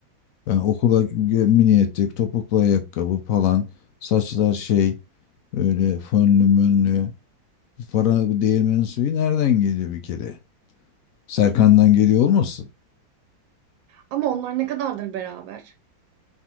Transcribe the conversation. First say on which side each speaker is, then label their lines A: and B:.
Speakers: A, on the left; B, on the right.
A: Ben okula gö- mini etek, topuklu ayakkabı falan, saçlar şey böyle fönlü mönlü. Bu para bu değirmenin suyu nereden geliyor bir kere? Serkan'dan geliyor olmasın?
B: ama onlar ne kadardır beraber?